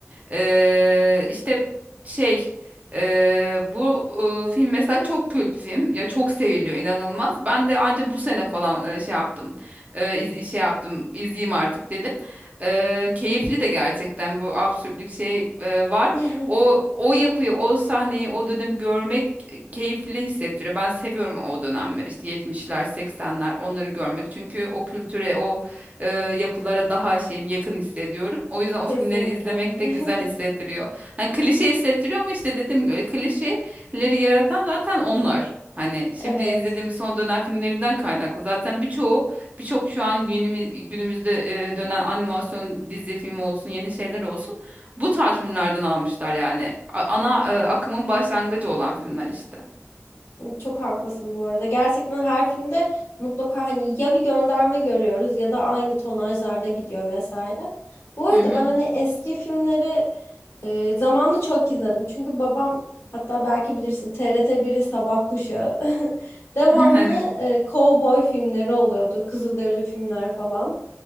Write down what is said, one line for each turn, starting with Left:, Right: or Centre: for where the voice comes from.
Right: Ee, işte şey ee, bu ee, film mesela çok kült film ya çok seviliyor inanılmaz. Ben de anca bu sene falan ee, şey yaptım Ee, iz- şey yaptım izleyeyim artık dedim. Ee, keyifli de gerçekten bu absürtlük şey ee, var.
Left: <laughs>
Right: O o yapıyı, o sahneyi, o dönemi görmek keyifli hissettiriyor. Ben seviyorum o dönemler işte 70'ler, 80'ler onları görmek. Çünkü o kültüre, o e, yapılara daha şeyim yakın hissediyorum. O yüzden o
Left: Kesinlikle.
Right: filmleri izlemek de güzel
Left: <laughs>
Right: hissettiriyor. Hani klişe hissettiriyor ama işte dediğim gibi e, klişeleri yaratan zaten onlar. Hani şimdi
Left: Evet.
Right: izlediğimiz son dönem filmlerinden kaynaklı. Zaten birçoğu birçok şu an günümüz, günümüzde e, dönen animasyon dizi filmi olsun yeni şeyler olsun bu tarz filmlerden almışlar yani. A- ana e, akımın başlangıcı olan filmler işte.
Left: Çok haklısın bu arada. Gerçekten her filmde mutlaka hani ya bir gönderme görüyoruz ya da aynı tonajlarda gidiyor vesaire. Bu arada
Right: Hı hı.
Left: ben hani eski filmleri e, zamanında çok izledim. Çünkü babam hatta belki bilirsin TRT 1'in Sabah Kuşağı <laughs> devamlı
Right: <laughs> Evet.
Left: e, kovboy filmleri oluyordu. Kızılderili filmler falan.